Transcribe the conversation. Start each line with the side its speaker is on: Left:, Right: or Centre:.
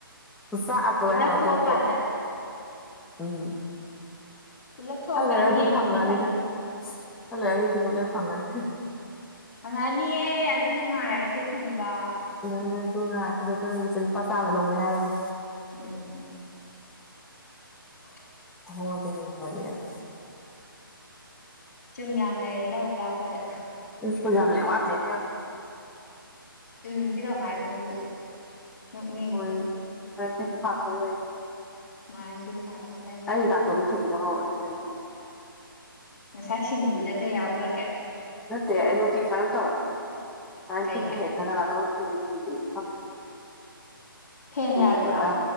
Centre: ꯑꯆꯥꯛ ꯑꯇꯣꯏ
Left: ꯄꯨꯂꯞ
Centre: ꯍꯥꯏꯕ
Left: ꯊꯣꯛꯑꯀꯥꯟꯗ
Centre: ꯄꯣꯠꯄꯣ ꯎꯝ
Left: ꯄꯨꯂꯞ ꯊꯣꯛꯑꯀꯥꯟꯗ
Centre: ꯈꯔꯥ ꯂꯩꯔꯒ ꯑꯗꯨꯝ
Left: ꯌꯦꯡꯕꯅ
Centre: ꯐꯪꯉꯅꯤꯗ
Left: ꯐꯩ
Centre: ꯍꯜ ꯂꯩꯑꯒ ꯏꯇꯨꯗꯣ ꯂꯣꯏ ꯐꯪꯒꯅꯤ
Left: ꯐꯪꯉꯛꯑꯅꯤꯑ ꯑꯗꯨꯅ ꯉꯥꯏꯔꯁꯦ ꯐꯪꯕ
Centre: <unintelligible> ꯃꯆꯤꯟ ꯂꯨꯄꯥ ꯆꯥꯝ ꯂꯧꯒꯦ ꯍꯥꯏꯔꯅꯤ
Left: ꯎꯝ ꯎ <inaudible>
Centre: ꯍꯣꯗ ꯌꯦꯡꯃꯅꯦꯅ
Left: ꯆꯨꯝ ꯌꯥꯝ ꯂꯩꯔꯦ ꯂꯧꯔ ꯂꯥꯛꯑꯣ ꯑꯩꯈꯣꯏꯗ
Centre: ꯑꯩꯈ‌ꯣꯏ ꯌꯥꯝ ꯂꯩ ꯋꯥꯇꯦ ꯏꯕ‌ꯦꯝ
Left: ꯆꯨꯝꯁꯦ ꯀꯃꯥꯏꯅꯕꯨ ꯅꯣꯛꯅꯤꯡꯉꯤ
Centre: ꯍꯣꯏ ꯇꯤꯟ ꯐꯥ ꯊꯣꯛꯂꯛꯑ
Left: ꯃꯥꯏꯟ ꯄꯤꯟ ꯐꯊꯣꯛ ꯂꯩ
Centre: ꯑꯩ ꯅꯥꯇꯣꯟ ꯐꯨꯟꯕ ꯍꯧꯔꯦ ꯀꯩꯅꯅꯦ
Left: ꯉꯁꯥꯏ ꯁꯤꯡꯖꯨꯗ ꯀꯩ ꯌꯥꯎꯒ꯭ꯔꯒꯦ
Centre: ꯅꯠꯇꯦ ꯑꯩ ꯅꯨꯄꯤ ꯁꯨꯃꯥꯏꯅ ꯇꯧꯋꯦ ꯃꯥꯅ
Left: ꯀꯩꯒꯤ
Centre: ꯇꯨꯝ ꯍꯦꯛ ꯅꯪꯅ ꯅꯥꯇꯣꯟ ꯐꯨꯜꯂꯤ ꯐꯨꯜꯂꯤ ꯈꯪꯗꯦ
Left: ꯐꯦꯟ
Centre: ꯂꯣꯛꯀꯤꯔ
Left: ꯌꯥꯏꯕ꯭ꯔꯣ